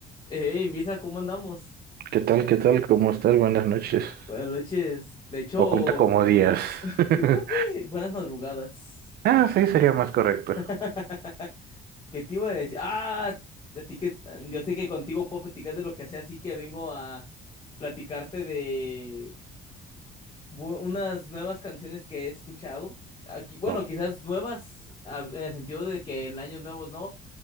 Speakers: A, on the left; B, on the right.
A: Hey, Misa, ¿cómo andamos?
B: ¿Qué tal? ¿Qué tal? ¿Cómo estás? Buenas noches.
A: Buenas noches. De hecho,
B: O cuenta como días.
A: yo creo
B: <laughs>
A: que buenas madrugadas.
B: Ah, sí, sería más correcto.
A: <laughs> ¿Qué te iba a decir? Ah, a ti que yo sé que contigo puedo platicar de lo que sea, así que vengo a platicarte de bu- unas nuevas canciones que he escuchado. Aquí, bueno,
B: Bueno,
A: quizás nuevas a- en el sentido de que en años nuevos no,